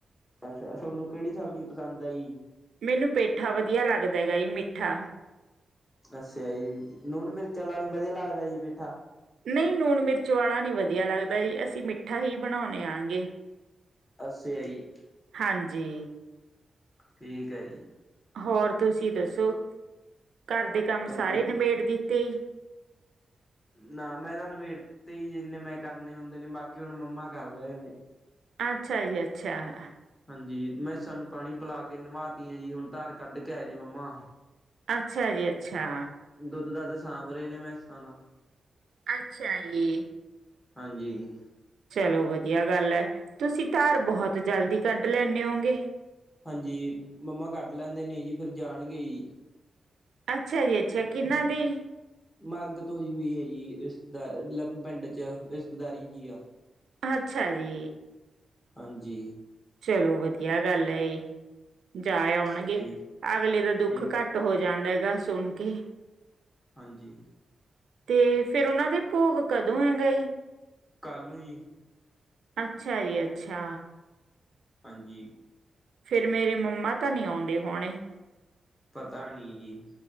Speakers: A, on the left; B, on the right.
A: ਅੱਛਾ ਤੁਹਾਨੂੰ ਕਿਹੜੀ ਸਬਜ਼ੀ ਪਸੰਦ ਆ ਜੀ
B: ਮੈਨੂੰ ਪੇਠਾ ਵਧੀਆ ਲੱਗਦਾ ਹੈਗਾ ਮਿ ਠਾ
A: ਅੱਛਾ ਜੀ ਲੂਣ ਮਿਰਚਾਂ ਲਾਣੀ ਹੀ ਵਧੀਆ ਲੱਗਦਾ ਜੀ ਪੇਠਾ?
B: ਨਹੀਂ ਨੂਣ ਮਿਰਚ ਵਾਲਾ ਨੀ ਵਧੀਆ ਲੱਗਦਾ, ਜੀ ਅਸੀਂ ਮਿੱਠਾ ਹੀ ਬਣਾਨੇ ਆਗੇ।
A: ਅਸਿਆ ਜੀ।
B: ਹਾਂਜੀ।
A: ਠੀਕ ਐ ਜੀ।
B: ਹੋਰ ਤੁਸੀਂ ਦੱਸੋ, ਘਰ ਦੇ ਕੰਮ
A: ਵਧੀਆ
B: ਸਾਰੇ ਨਿਬੇੜ ਦਿੱਤੇ?
A: ਨਾ ਮੈਂ ਤਾਂ ਨਬੇੜਤੇ ਹੀ ਏਨੇ ਮੈਂ ਕਰਨੇ ਹੁੰਦੇ ਨੇ ਬਾਕੀ ਹੁਣ ਮੰਮਾ ਕਰਦਏ ਨੇ।
B: ਅੱਛਾ ਜੀ ਅੱਛਾ-
A: ਹਾਂਜੀ ਮੈਂ ਸਾਨੂੰ ਪਾਣੀ ਪਿਲਾ ਕੇ ਨਵਾਤੀਆ ਜੀ ਹੁਣ ਧਾਰ ਕੱਢ ਕੇ ਆਏ ਨੇ ਮੰਮਾ।
B: ਅੱਛਾ ਜੀ ਅੱਛਾ।
A: ਦੁੱਧ ਦਾਧ ਸਾਂਭ ਰਹੇ ਨੇ ਭੈਂਸਾ ਦਾ
B: ਅੱਛਾ ਜੀ
A: ਹਾਂਜੀ ਜੀ
B: ਚਲੋ ਵਧੀਆ ਗੱਲ ਹੈ ਤੁਸੀਂ ਧਾਰ ਬਹੁਤ ਜਲਦੀ ਕੱਢ ਲੈਂਦੇ ਹੋਂਗੇ।
A: ਹਾਂਜੀ ਮੰਮਾ ਕੱਢ ਲੈਂਦੇ ਨੇ ਜੀ ਫਿਰ ਜਾਣਗੇ ਜੀ।
B: ਅੱਛਾ ਜੀ ਅੱਛਾ ਕਿਹਨਾਂ ਦੀ?
A: ਮਰਗਤ ਹੋਈ ਹੋਈ ਹੈ ਜੀ ਰਿਸ਼ਤੇਦਾਰ ਮਤਲਬ ਪਿੰਡ ਚ ਰਿਸ਼ਤੇਦਾਰੀ ਚ ਹੀ ਆ।
B: ਅੱਛਾ ਜੀ
A: ਹਾਂਜੀ
B: ਚਲੋ ਵਧੀਆ ਗੱਲ ਹੈ ਇਹ ਜਾ ਆਉਣਗੇ
A: ਸਹੀ
B: ਅਗਲੇ ਦਾ ਦੁੱਖ
A: ਸਹੀ
B: ਘੱਟ ਟ ਹੋ ਜਾਂਦਾ ਹੈਗਾ ਸੁਣ ਕੇ।
A: ਹਾਂਜੀ
B: ਤੇ ਫਿਰ ਉਹਨਾਂ ਦੇ ਭੋਗ ਕਦੋਂ ਹੈਂਗਾ ਜੀ?
A: ਕੱਲ ਨੂ ਜੀ।
B: ਅੱਛਾ ਜੀ ਅੱਛਾ
A: ਹਾਂਜੀ
B: ਫਿਰ ਮੇਰੇ ਮੰਮਾ ਤਾਂ ਨਹੀਂ ਆਉਂਦੇ ਹੋਣੇ।
A: ਪਤਾ ਨਹੀਂ ਜੀ